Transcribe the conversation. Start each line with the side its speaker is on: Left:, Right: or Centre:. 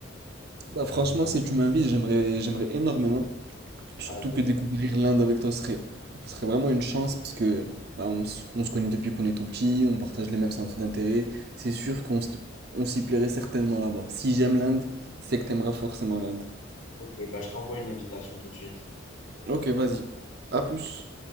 Right: bah, franchement, si tu m'invites, j'aimerais, j'aimerais énormément. Surtout
Left: Ah, ben,
Right: que découvrir l'Inde avec toi serait, serait vraiment une chance parce que bah, on, se on se connaît depuis qu'on est tout petit, on partage les mêmes centres d'intérêt. C'est sûr qu'on s- on s'y plairait certainement là-bas. Si j'aime l'Inde, c'est que t'aimeras forcément l'Inde.
Left: ok, bah, je t'envoie une invitation tout de suite.
Right: Ok, vas-y. À plus.